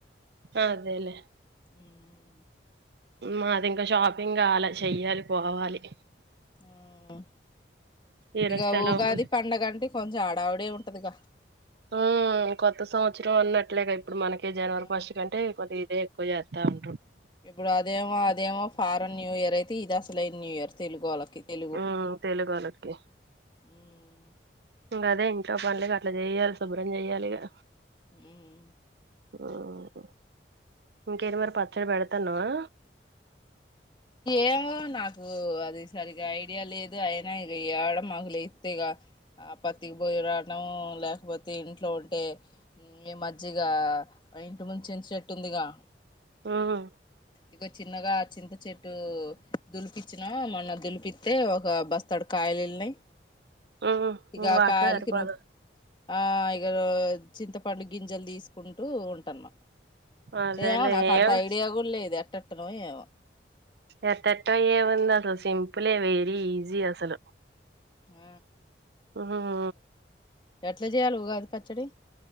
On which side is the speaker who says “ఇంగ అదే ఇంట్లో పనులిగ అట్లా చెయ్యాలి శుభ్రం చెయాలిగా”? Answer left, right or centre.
Right